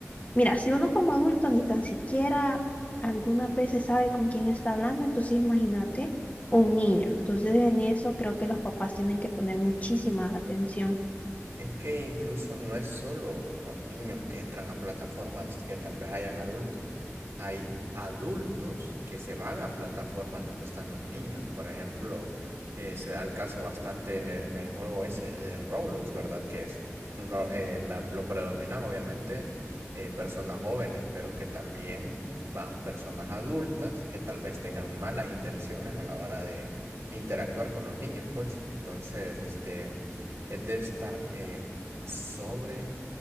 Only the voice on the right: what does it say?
Es que incluso no es solo los niños que entran a plataformas que tal vez hayan adultos. Hay adultos que se van a plataformas donde están los niños. Por ejemplo, eh, se da el caso bastante en el, en el juego ese de Roblox, ¿verdad? Que es no, eh, la- lo predominan obviamente eh, personas jóvenes, pero que también van personas adultas que tal vez tengan malas intenciones a la hora de interactuar con los niños, pues. Entonces, este es de estar eh, sobre